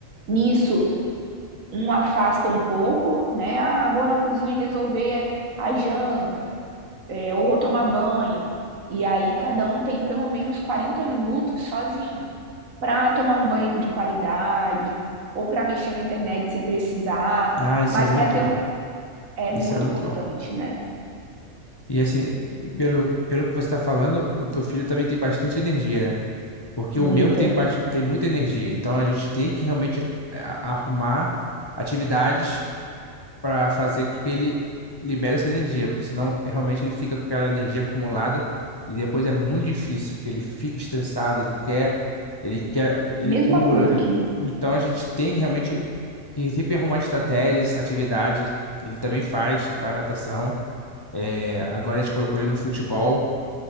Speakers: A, on the right; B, on the left.
A: Nisso, um afasta um pouco, né? Ah, vou na cozinha resolver a janta é, ou vou tomar banho. E aí cada um tem pelo menos 40 minutos sozinho para tomar um banho de qualidade ou para mexer na internet se precisar,
B: Ah, isso
A: mas
B: é muito
A: para ter
B: bom.
A: um é muito
B: Isso é muito
A: importante,
B: bom.
A: né?
B: E assim, pelo, pelo que você está falando, o teu filho também tem bastante energia, né? Porque
A: Muita.
B: o meu tem, bas- tem muita energia. Então a gente tem que realmente é, arrumar atividades para fazer com que ele libere essa energia, porque senão é realmente ele fica com aquela energia acumulada e depois é muito difícil, porque ele fica estressado, ele quer, ele quer, ele
A: Mesma
B: pula.
A: coisa
B: ele-
A: aqui.
B: Então a gente tem realmente que sempre arrumar estratégias, atividades. Ele também faz, faz natação. Eh, agora a gente colocou ele no futebol,